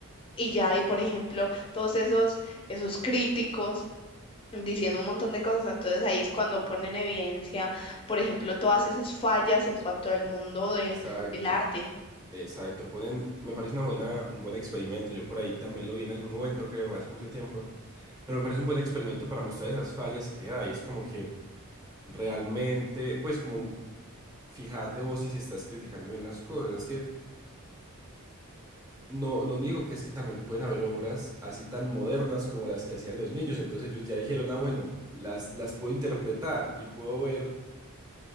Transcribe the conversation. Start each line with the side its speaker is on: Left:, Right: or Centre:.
Left: Y ya, y por ejemplo, todos esos, esos críticos diciendo un montón de cosas, entonces ahí es cuando ponen en evidencia, por ejemplo, todas esas fallas en cuanto al mundo
Right: Exacto.
Left: de, del arte.
Right: Exacto, ponen, me parece una buena, un buen experimento. Yo por ahí también lo vi en algún momento, creo, hace mucho tiempo. Pero me parece un buen experimento para mostrar esas fallas que hay. Es como que realmente, pues como fíjate vos si, si estás criticando bien las cosas. Es que no, no niego que es que también pueden haber obras así tan modernas como las que hacían los niños. Entonces ellos ya dijeron, ah, bueno, las, las puedo interpretar y puedo ver